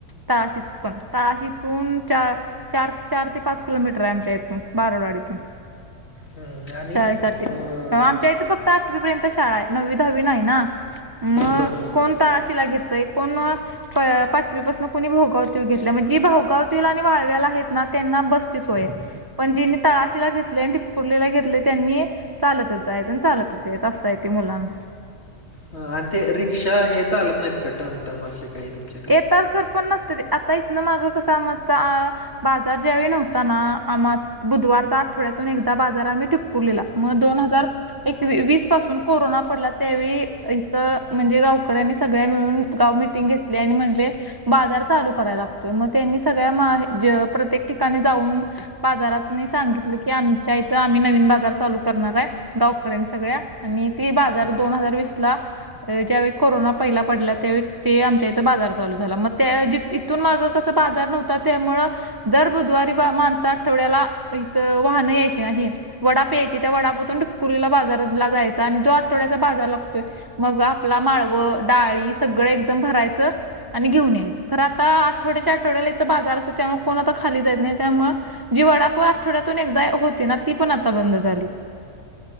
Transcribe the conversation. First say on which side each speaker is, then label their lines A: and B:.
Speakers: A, on the right; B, on the left.
A: तळाशीतपण, ‌तळाशीतून चा चार चार ते पाच किलोमीटर आहे आमच्या इथून बारडवाडी इतून
B: हम्म, आणि
A: शाळेसाठी
B: अं,
A: आमच्या इथं फक् आठवीपर्यंत शाळा आहे. नववी दहावी नाही ना, मग
B: बरं बरं
A: कोण
B: बरं
A: तळाशिला घेत एकूण प-पाचवी पासून कोणी भाऊगाव तीव घेतल्या म्हणजे भाऊगाव तीव आणि वाळव्याला आहेत. ना त्यांना बसची सोय आहे पण ज्यांनी तळाशीला घेतले आणि ठिकपुर्लीला घेतलंय त्यांनी चालतच जायचं आणि चालतच यायचं असं आहे ते मुलांन.
B: हा आणि ते रिक्षा हे चालत नाहीत का टमटम असे काही तुमचे
A: येतात खरं पण नसत ते आता इथनं मागं कस आमचा. बाजार ज्यावे नव्हता ना आम्हाच बुधवारचा आठवड्यातून एकदा बाजार आम्ही टीप कुर्लीला, मग दोन हजार एकवी वीस पासून कोरोना पडला त्यावेळी इथ म्हणजे गावकऱ्यांनी सगळ्या मिळून. गाव मीटिंग घेतले आणि म्हटले. बाजार चालू करायला लागतोय, मग त्यांनी सगळ्या मा जे प्रत्येक ठिकाणी जाऊन. बाजारातनी सांगितलं की आमच्या इथं आम्ही नवीन बाजार चालू करणार आहे. गावकरऱ्यांनी सगळ्या आणि ते बाजार
B: हम्म
A: दोन हजार वीस ला. ज्यावेळी कोरोना पहिला पडला, त्यावेळी ते आमचे ते इथं बाजार चालू झाला मग त्या ऐवजी तिथून मागे कसा बाजार नव्हता त्यामुळे. दर बुधवारी बा माणसं आठवड्याला इथं वाहनं यायची नाही वडाप यायची त्या वडापातुन नुकुरीला बाजारला जायचा आणि जो आठवड्याचा बाजार लागतोय मग आपलं माळव डाळी सगळे एकदम भरायचं आणि घेऊन यायचं. खरं आता आठवड्याच्या आठवड्याला इथं बाजार असतो, त्यामुळे कोण आता खाली जात नाही त्यामुळ जी वडाप आठवड्यातून एकदा होती ना ती पण आता बंद झालीत